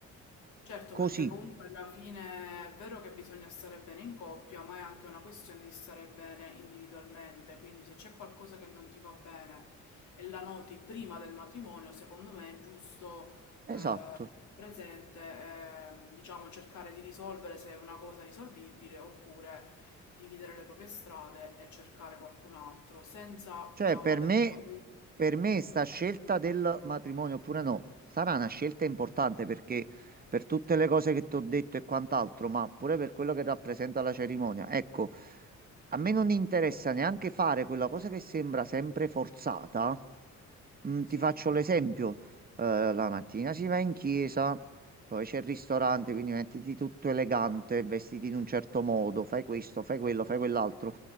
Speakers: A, on the left (about 70°); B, on the right (about 30°).
A: Certo,
B: Così,
A: perché comunque alla fine è vero che bisogna stare bene in coppia, ma è anche una questione di stare bene individualmente. Quindi se c'è qualcosa che non ti va bene e la noti prima del matrimonio, secondo me è giusto
B: esatto.
A: eh, presente, e, diciamo, cercare di risolvere se è una cosa risolvibile oppure dividere le proprie strade e cercare qualcun altro senza,
B: Cioè,
A: diciamo,
B: per
A: avere
B: me,
A: paura.
B: per me sta scelta del matrimonio oppure no, sarà una scelta importante perché per tutte le cose
A: Eh,
B: che ti ho detto e quant'altro, ma pure per quello che rappresenta la cerimonia. Ecco, a me non interessa neanche fare quella cosa che sembra sempre forzata. Mm, ti
A: Sì,
B: faccio l'esempio. Eh, la mattina si va in chiesa, poi c'è il ristorante, quindi mettiti tutto elegante, vestiti in un certo modo, fai questo, fai quello, fai quell'altro.